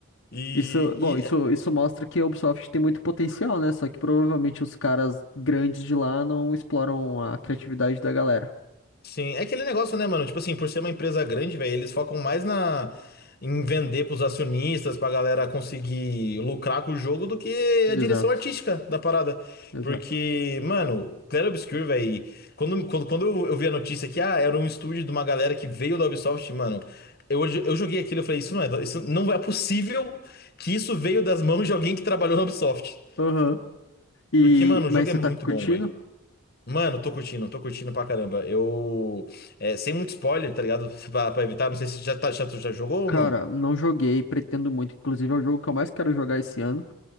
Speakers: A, on the left; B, on the left.
A: E,
B: Isso, bom, isso, isso mostra que a Ubisoft tem muito potencial, né? Só que provavelmente os caras grandes de lá não exploram a criatividade da galera.
A: Sim, é aquele negócio, né, mano? Tipo assim, por ser uma empresa grande, velho, eles focam mais na em vender pros acionistas, pra galera conseguir lucrar com o jogo do que
B: Exato,
A: a direção artística da parada.
B: exato.
A: Porque, mano, Clair Obscur, velho, quando, quando, quando eu eu vi a notícia que ah, era um estúdio de uma galera que veio da Ubisoft, mano, eu, eu joguei aquilo e falei, isso não é, isso não é possível que isso veio das mãos de alguém que trabalhou na Ubisoft.
B: Aham. E,
A: Porque, mano,
B: mas
A: o jogo
B: você
A: é muito
B: tá curtindo?
A: bom, velho. Mano, tô curtindo, tô curtindo pra caramba. Eu. é, sem muito spoiler, tá ligado? <laughs> Pra, pra evitar, não sei se já, tá, já, tu já jogou ou
B: Cara,
A: não.
B: não joguei, pretendo muito. Inclusive, é o jogo que eu mais quero jogar esse ano.